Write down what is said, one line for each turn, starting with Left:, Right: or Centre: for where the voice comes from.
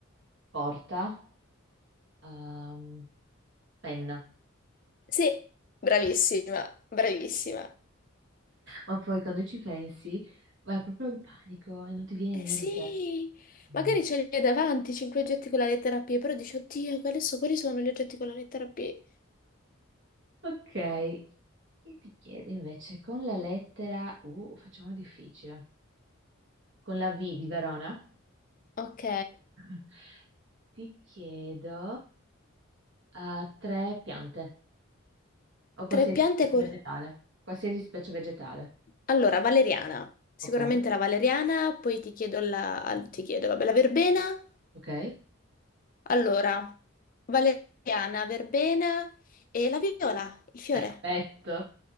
Right: porta, ehm, penna.
Left: Sì, bravissima,
Right: Ok.
Left: bravissima.
Right: Ma poi quando ci pensi vai proprio in panico e non ti viene
Left: Eh
Right: niente.
Left: sì,
Right: Ma-
Left: magari ce li hai davanti, 5 oggetti con la lettera P, però dici, oddio, quali so- quali sono gli oggetti con la lettera P?
Right: Ok, io ti chiedo invece con la lettera U, facciamo difficile, con la V di Verona,
Left: Ok,
Right: <laughs> ti chiedo eh, tre piante o qualsiasi
Left: tre piante
Right: specie
Left: con...
Right: vegetale, qualsiasi specie vegetale.
Left: Allora, valeriana, sicuramente
Right: Ok,
Left: la valeriana, poi ti chiedo la... al- ti chiedo, vabbè, la verbena.
Right: ok,
Left: Allora, valeriana, verbena e la viola, il fiore.
Right: perfetto.